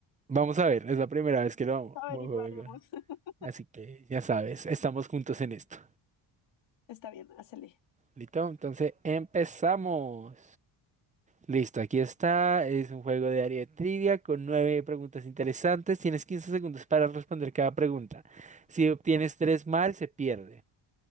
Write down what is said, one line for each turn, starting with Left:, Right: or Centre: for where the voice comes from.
Right: Vamos a ver, es la primera vez que lo
Left: averiguaremos.
Right: vamos.
Left: <laughs>
Right: Así que ya sabes, estamos juntos en esto.
Left: Está bien, hacele.
Right: ¿Listo? Entonces empezamos. Listo, aquí está. Es un juego de área de trivia con nueve preguntas interesantes. Tienes 15 segundos para responder cada pregunta. Si obtienes tres mal, se pierde.